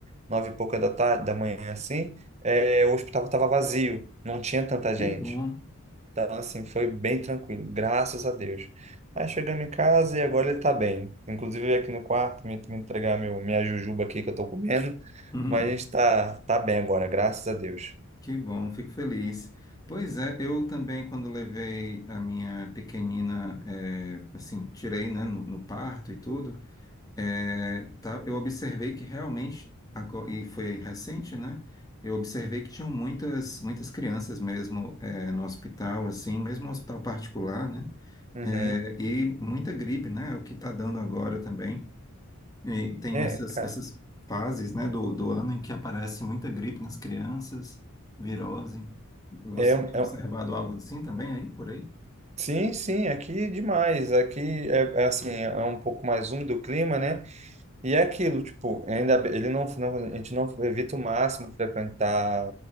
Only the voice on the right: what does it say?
nove e pouca da tarde, da manhã, assim, é, o hospital estava vazio, não tinha tanta
gente.
Então, assim, foi bem tranquilo, graças a Deus. Aí chegamos em casa e agora ele tá bem. Inclusive, veio aqui no quarto me, me entregar meu, minha jujuba aqui que eu tô comendo,
mas a gente tá, tá bem agora, graças a Deus.
Uhum.
É,
cara,
é, um,
é,
um,
Sim, sim, aqui demais. Aqui é, é assim, é é um pouco mais úmido o clima, né? E é aquilo, tipo, ainda bem- ele não, não- a gente não evita o máximo frequentar